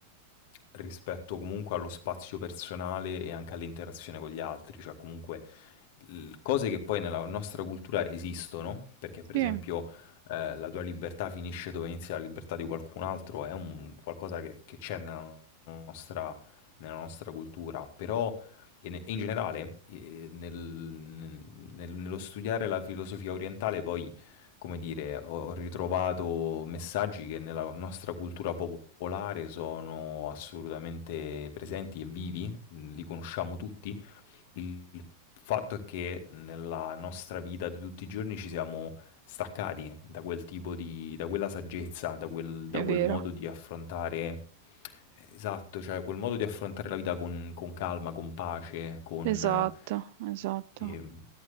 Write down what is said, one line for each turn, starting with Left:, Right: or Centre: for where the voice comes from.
Left: rispetto comunque allo spazio personale e anche all'interazione con gli altri, cioè comunque l- cose che poi nella nostra cultura esistono, perché per
Right: Sì,
Left: esempio eh, la tua libertà finisce dove inizia la libertà di qualcun altro, è un qualcosa che, che c'è nella nostra, nella nostra cultura, però e ne- e in generale eh, nel- nel- nello studiare la filosofia orientale poi, come dire, ho, ho ritrovato messaggi che nella nostra cultura popolare sono assolutamente presenti e vivi, li conosciamo tutti il fatto è che nella nostra vita di tutti i giorni ci siamo staccati da quel tipo di, da quella saggezza, da quel, da
Right: è
Left: quel
Right: vero.
Left: modo di affrontare, eh, esatto, cioè quel modo di affrontare la vita con, con calma, con pace, con...
Right: Esatto,
Left: eh,
Right: esatto,
Left: Ehm,